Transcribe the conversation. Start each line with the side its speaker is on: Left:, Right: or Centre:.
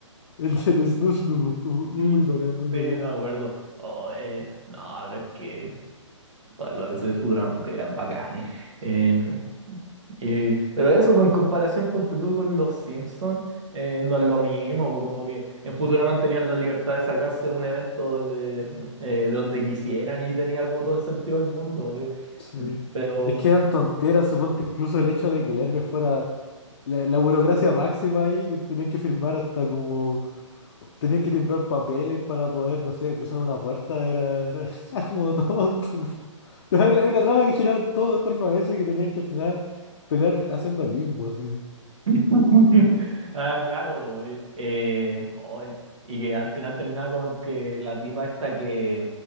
Left: El del Snus, muy
Right: Mm,
Left: bacán, muy
Right: sí,
Left: bacán.
Right: no me acuerdo. Oh, eh, no, pero es que... Los avisos de Futurama, puta, que eran bacanes. Em, y- pero eso, pues, en comparación, ponte tú con los Simpsons, eh, no es lo mismo, pues, como que en Futurama tenían la libertad de sacarse un evento de, eh, de donde quisieran y tenía como todo el sentido del mundo. eh.
Left: Sí.
Right: em, Pero,
Left: Es que eran tonteras, suponte, incluso el hecho de que el Hermes fuera la, la burocracia máxima ahí, que tenían que firmar hasta como Tenían que timbrar papeles para poder, no sé, cruzar una puerta, era, era <laughs> era como tonto. <laughs> Hay hay una trama que giraba todo en torno a eso y que tenían que al final pelear haciendo limbo, así.
Right: <laughs> ah, claro, pues, eh, oye, y que al final terminaba con que la tipa esta que,